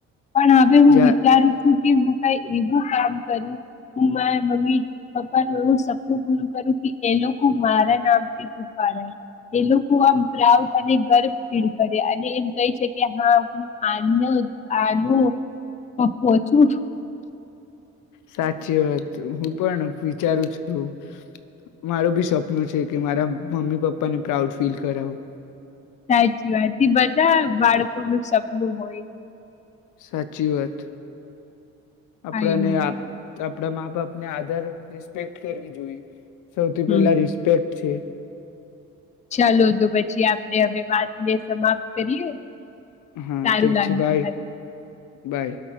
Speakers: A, on the left (about 25°); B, on the left (about 80°).
A: પણ હવે હું
B: જા
A: વિચારું છું કે પ એવું કામ કરું હું મારા મમ્મી પપ્પાનું એવું સપનું પૂરું કરું કે એ લોકો મારા નામથી ફૂાડાય. એ લોકો આમ પ્રાઉડ અને ગર્વ ફીલ કરે. અને એમ કહે છે કે હા હું આ આનો પપ્પો છું
B: સાચી વાત હું પણ વિચારું છું માર બી સપ્ન છે કે મારા મમ્મી પપ્પા ને પ્રાઉડ ફીલ કરાવું.
A: સાચી વાત બધા બાળકોનું સપનું હોય
B: સાચી વાત. આપડેને
A: આઈની
B: યાદ તો આપડા મા -બાપને આધર રિસ્પેક્ટ કરવી જોઈએ. સૌથી
A: હમ
B: પહેલા રિસ્પેક્ટ છે.
A: ચાલો તો, પછી આપડે હવે વાતને સમાપ્ત કરીએ.
B: હા
A: સારું
B: ઠીક
A: લાગ્યું
B: છે બાય બાય.